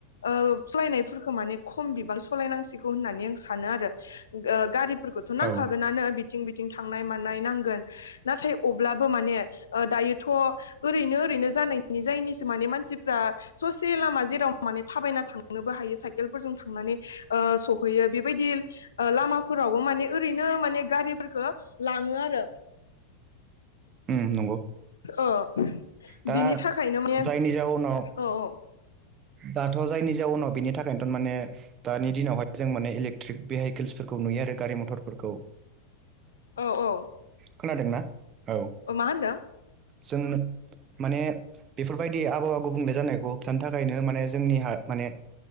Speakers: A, on the left; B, on the right.
A: ओ सालायनायफोरखौ माने खम बिबां सालायनांसिगौ होननानै आं सानो आरो। ओ गारिफोरखौथ' नांखागोनानो
B: औ उम
A: बिथिं बिथिं थांनाय मानाय नांगोन। नाथाय अब्लाबो माने ओ दायोथ' ओरैनो ओरैनो जानायनि जायनिसो माने मानसिफ्रा ससे लामा जेराव माने थाबायना थांनोबो हायो साइकेलफोरजों थांनानै ओ सहैयो बेबायदि ओ लामाफोरावबो माने ओरैनो माने गारिफोरखौ लाङो आरो।
B: उम नंगौ
A: ओ
B: दा
A: बिनि थाखायनो माने औ
B: जायनि जाउनाव
A: औ
B: दाथ' जायनि जाउनाव बिनि थाखायनोथ' माने दानि दिनावहाय जों माने इलेक्ट्रिक भेहिकेल्सफोरखौ नुयो आरो गारि मथरफोरखौ।
A: औ औ
B: खोनादोंना? औ
A: अ' मा होनदों?
B: जों माने बेफोरबायदि आबहावा गुबुंले जानायखौ होबथानो था थाखायनो माने जोंनि हा माने